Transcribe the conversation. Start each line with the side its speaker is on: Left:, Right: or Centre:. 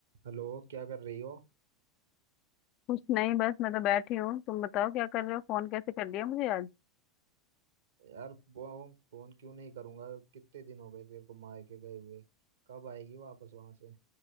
Right: हेलो क्या कर रही हो
Left: कुछ नहीं बस मैं तो बैठी हूँ तुम बताओ क्या कर रहे हो फोन कैसे कर लिया मुझे आज
Right: यार वो फोन क्यों नहीं करूंगा कितने दिन हो गए तेरे को मायके गए हुए कब आएगी वापस वहां से